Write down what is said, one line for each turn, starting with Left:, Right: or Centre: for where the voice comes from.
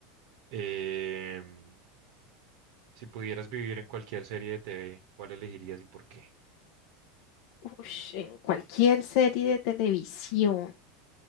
Right: Em, si pudieras vivir en cualquier serie de TV, ¿cuál elegirías y por qué?
Left: ush, en cualquier serie de televisión.